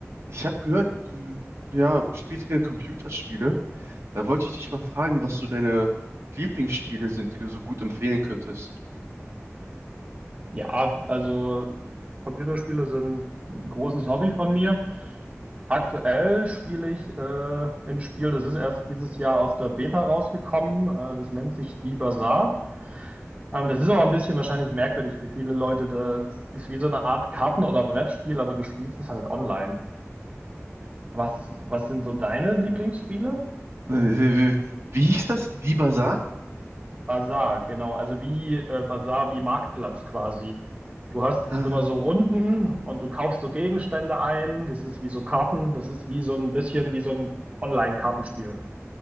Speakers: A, on the right; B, on the right.
A: Ich habe gehört, du ja, spielst gerne Computerspiele. Da wollte ich dich mal fragen, was so deine Lieblingsspiele sind, die du so gut empfehlen könntest.
B: Ja, also Computerspiele sind ein großes Hobby von mir. Aktuell spiele ich äh, ein Spiel, das ist erst dieses Jahr aus der Beta rausgekommen. Äh, das nennt sich Die Bazaar. Ähm, das ist aber ein bisschen wahrscheinlich merkwürdig für viele Leute. Das ist wie so eine Art Karten- oder Brettspiel, aber du spielst es halt online. Was, was sind so deine Lieblingsspiele?
A: Äh, Wie, wie, wie hieß das? Die Bazaar?
B: Basar, genau. Also wie äh, Basar, wie Marktplatz quasi. Du hast
A: Ah,
B: immer so Runden und du kaufst so Gegenstände ein. Das ist wie so Karten. Das ist wie so ein bisschen wie so ein Online-Kartenspiel.